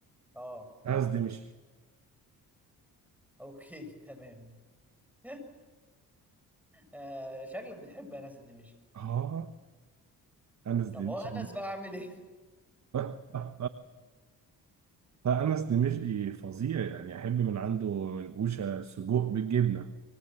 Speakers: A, in the centre; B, on the right.
A: اه
B: قصدي مش
A: اوكي <laughs> تمام <laughs> آه، شكلك بتحب انس الدمشقي
B: اه انا قصدي
A: طب هو
B: مش
A: انس بقى عامل ايه
B: <laughs> لا أنس دمشقي فظيع يعني أحب من عنده منقوشة سجق بالجبنة